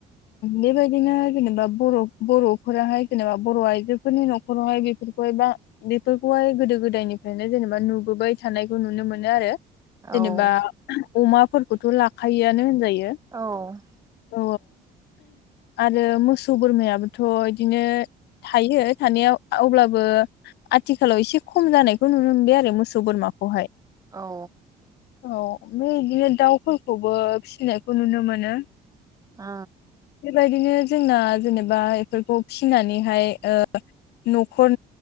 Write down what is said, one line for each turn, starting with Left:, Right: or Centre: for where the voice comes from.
Left: बेबायदिनो जेनेबा बर' बर'फोराहाय जेनेबा बर' आइजोफोरनि न'खर न'खरावहाय बेफोरखौहायबा बेफोरखौहाय गोदो गोदायनिफ्रायनो जेनेबा नुबोबाय थानायखौ नुनो मोनो आरो
Right: औ
Left: जेनेबा अमाफोरखौथ' लाखायोआनो होनजायो
Right: औ
Left: औ आरो मोसौ बोरमायाबोथ' बिदिनो थायो थानायाव अब्लाबो आथिखालाव एसे खम जानायखौ नुनो मोनबाय आरो मोसौ बोरमाखौहाय
Right: औ
Left: औ ओमफ्राय बिदिनो दाउफोरखौबो फिसिनायखौ नुनो मोनो
Right: औ
Left: बेबायादि जों जेनेबा बेफोरखौ फिनानैह ओ नखर